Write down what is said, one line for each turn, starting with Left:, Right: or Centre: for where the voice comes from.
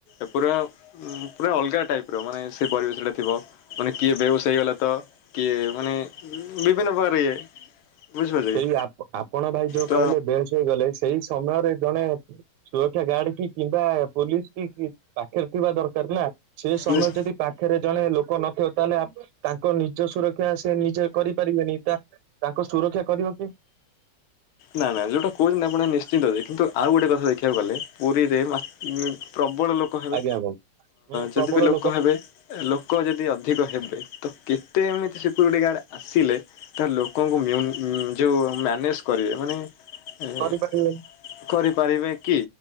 Left: ଏପୁରା- - ଉଁ ପୁରା ଅଲଗା ଟାଇପ ର ମାନେ ସେ ପରିବେଶଟା ଥିବ। ମାନେ କିଏ ବେହସ ହେଇଗଲା ତ କିଏ ମାନେ ବିଭିନ୍ନ ପ୍ରକାର ଇଏ। ବୁଝିପାରୁଛ କି
Right: ସେଇ ଆପ ଆପଣ ଭାଇ ଯୋଉ
Left: ତ
Right: କହିଲେ ବେହଶ ହେଇଗଲେ ସେଇ ସମୟରେ ଜଣେ- - ସୁରକ୍ଷା ଗାର୍ଡ କି କିମ୍ବା ପୋଲିସ କି କି ପାଖରେ ଥିବା ଦରକାର ନା ସେ ସମୟ
Left: ନିଶ୍
Right: ଯଦି ପା- - ଖରେ ଜଣେ ଲୋକ ନଥିବ ତାହେଲେ ତାଙ୍କ ନିଜ ସୁରକ୍ଷା ସେ ନିଜେ କରିପାରିବେନି ତା -- ତାଙ୍କୁ ସୁରକ୍ଷା କରିବ କି?
Left: ନା ନା ଯଉଟା କହୁଚନ୍ତି ଆପଣ ନିଶ୍ଚିନ୍ତ ଦେ କିନ୍ତୁ ଆଉ ଗୋଟେ କଥା ଦେଖିବାକୁ ଗଲେ ପୁରୀରେ ମା ଉଁ ପ୍ରବଳ ଲୋକ -- ହେବେ
Right: ଆଜ୍ଞା ଭାଇ ମୁଁ
Left: ଯଦି
Right: ପ୍ରବଳ
Left: ବି ଲୋକ ହେବେ କ ଲୋକ ଯଦି ଅଧିକ ହେବେ। ତ କେତେ ଏମିତି ସିକ୍ୟୁରିଟି ଗାର୍ଡ଼ ଆସିଲେ -- ତା ଲୋକଙ୍କୁ ମିଉଁ ଉଁ ଯେଉଁ ମ୍ୟାନେଜ କରିବେ ମାନେ ଏଁ
Right: କରିପାରିବେନି
Left: କରିପାରିବେ କି?